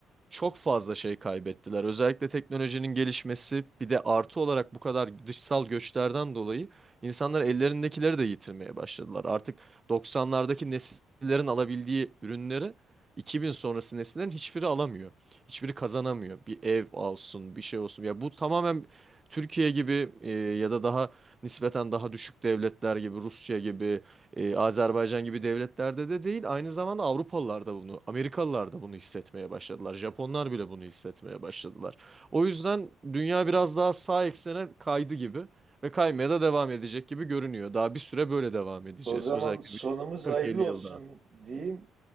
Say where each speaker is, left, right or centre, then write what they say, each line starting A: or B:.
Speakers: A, on the right (about 30°); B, on the right (about 45°).
A: çok fazla şey kaybettiler. Özellikle teknolojinin gelişmesi bir de artı olarak bu kadar dışsal göçlerden dolayı insanlar ellerindekileri de yitirmeye başladılar. Artık 90'lardaki nesillerin alabildiği ürünleri 2000 sonrası nesillerin hiçbiri alamıyor. Hiçbiri kazanamıyor. Bir ev olsun, bir şey olsun. Ya bu tamamen Türkiye gibi e, ya da daha nispeten daha düşük devletler gibi Rusya gibi e, Azerbaycan gibi devletlerde de değil, aynı zamanda Avrupalılar da bunu, Amerikalılar da bunu hissetmeye başladılar. Japonlar bile bunu hissetmeye başladılar. O yüzden dünya biraz daha sağ eksene kaydı gibi ve kaymaya da devam edecek gibi görünüyor. Daha bir süre böyle devam edeceğiz.
B: O zaman
A: Özellikle
B: sonumuz
A: bir 40-50
B: hayırlı olsun
A: yıl daha.
B: diyeyim.